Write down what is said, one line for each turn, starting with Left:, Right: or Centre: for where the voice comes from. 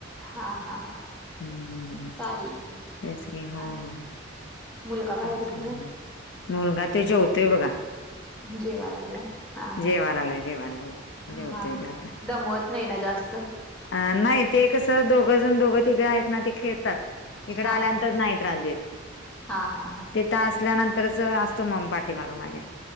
Centre: हा हा हा
Left: हम् ह्.
Centre: चालेल की
Left: तेच काही हो,
Centre: हा,
Left: हो.
Centre: मुलगा काय
Left: अच्छा.
Centre: करतोय
Left: मुलगा त्यो जेवतोयं बघा.
Centre: जेवा लागलाय हा
Left: जेवा
Centre: हा
Left: लागलाय. जेवा लागलाय. जेवत
Centre: हा
Left: तो
Centre: हा
Left: आता.
Centre: दमवत नाही ना जास्त?
Left: अ नाही ते कसं दोघं जण दोघं, तिघं आहेत ना ती खेळतात. इकड
Centre: हा
Left: आल्यानंतर
Centre: हा
Left: नाही त्रास देत.
Centre: हा. हा. हा.
Left: हित असल्यानंतरच असतो म पाठिमाग माझ्या